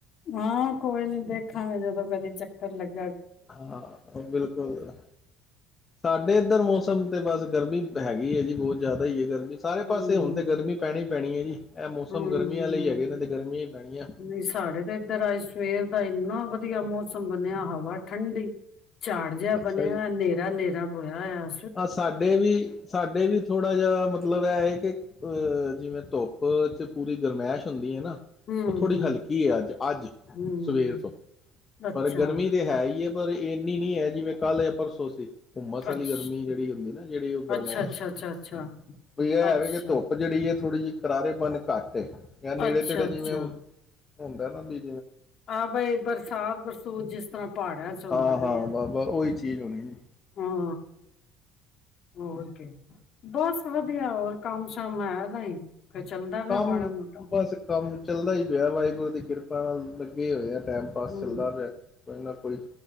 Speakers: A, on the left; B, on the left.
A: ਹਾਂ ਕੋਈ ਨੀ ਦੇਖਾਂਗੇ ਜਦੋਂ ਕਦੀ ਚੱਕਰ ਲੱਗੇ।
B: ਹਾਂ ਬਿਲਕੁਲ ਸਾਡੇ ਇੱਧਰ ਮੌਸਮ ਤੇ ਬਸ ਗਰਮੀ ਹੈਗੀ ਹੈ ਜੀ ਬਹੁਤ ਜ਼ਿਆਦਾ ਹੀ ਹੈ ਗਰਮੀ। ਸਾਰੇ
A: ਹਮ
B: ਪਾਸੇ ਹੁਣ ਤੇ ਗਰਮੀ ਪੈਣੀ ਹੀ ਪੈਣੀ ਹੈ ਜੀ ਇਹ ਮੌਸਮ
A: ਹਮ
B: ਗਰਮੀਆਂ ਹੀ ਹੈਗੇ ਨੇ ਤੇ ਗਰਮੀ ਹੀ ਪੈਣੀ ਹੈ।
A: ਨਹੀਂ ਸਾਡੇ ਤੇ ਇੱਧਰ ਅੱਜ ਸਵੇਰ ਦਾ ਇੰਨਾ ਵਧੀਆ ਮੌਸਮ ਬਣਿਆ ਹਵਾ ਠੰਡੀ ਝਾੜ ਜਿਹਾ
B: ਅੱਛਾ
A: ਬਣਿਆ
B: ਜੀ
A: ਹਨੇਰਾ ਹਨੇਰਾ ਬੋਇਆ ਹੋਇਆ ਏ।
B: ਆ ਸਾਡੇ ਵੀ ਸਾਡੇ ਵੀ ਥੋੜ੍ਹਾ ਜਿਹਾ ਮਤਲਬ ਇਹ ਹੈ ਕਿ ਜਿਵੇਂ ਧੁੱਪ 'ਚ ਪੂਰੀ ਗਰਮੈਸ਼ ਹੁੰਦੀ ਹੈ ਨਾ
A: ਹੂੰ
B: ਉਹ ਥੋੜ੍ਹੀ
A: ਹੂੰ
B: ਹਲਕੀ ਹੈ ਅੱਜ ਅੱਜ
A: ਹੂੰ
B: ਸਵੇਰ ਤੋਂ
A: ਅੱਛਾ
B: ਪਰ ਗਰਮੀ ਤੇ ਹੈ ਹੀ ਹੈ। ਪਰ ਇੰਨੀ ਨੀ ਹੈ ਜਿਵੇਂ ਕੱਲ ਪਰਸੋਂ ਸੀ। ਹੂਮਸ
A: ਅੱਛ
B: ਆਲੀ ਗਰਮੀ ਜਿਹੜੀ ਹੁੰਦੀ ਨਾ ਜਿਹੜੀ ਉਹ ਗਰਮੈਸ਼
A: ਅੱਛਾ ਅੱਛਾ ਅੱਛਾ ਅੱਛਾ
B: ਵੀ ਇਹ ਹੈਵੇ
A: ਅੱਛਾ
B: ਕਿ ਧੁੱਪ ਜਿਹੜੀ ਹੈ ਥੋੜ੍ਹੀ ਜਿਹੀ ਕਰਾਰੇਪਨ ਘੱਟ ਜਾਂ ਨੇੜੇ
A: ਅੱਛਾ
B: ਤੇੜੇ
A: ਅੱਛਾ
B: ਜਿਵੇਂ ਹੁੰਦਾ ਨਾ ਬੀ
A: ਆਹ ਬਾਈ ਬਰਸਾਤ ਬਰਸੂਤ ਜਿਸ ਤਰ੍ਹਾਂ ਪਹਾੜਿਆਂ ਚ ਹੁੰਦੀ
B: ਹਾਂ ਹਾਂ
A: ਪੀ ਏ।
B: ਬ ਉਹੀ ਚੀਜ਼ ਹੋਣੀ ਜੀ।
A: ਹੂੰ ਹੂੰ ਹੋਰ ਕੀ। ਬਸ ਵਧੀਆ ਹੋਰ ਕੰਮ ਸ਼ਾਮ ਹੈ ਤਾਂ ਹੀ ਚੱਲਦਾ ਪਿਆ
B: ਕੰਮ,
A: ਮਾੜਾ ਮੋਟਾ
B: ਬਸ ਕੰਮ, ਚੱਲਦਾ ਹੀ ਪਿਆ ਵਾਹਿਗੁਰੂ ਦੀ ਕਿਰਪਾ ਨਾਲ ਇਹ ਹੋ ਯਾਰ। ਟਾਈਮ ਪਾਸ
A: ਹੂੰ
B: ਚੱਲਦਾ ਪਿਆ। ਕੋਈ ਨਾ ਕੋਈ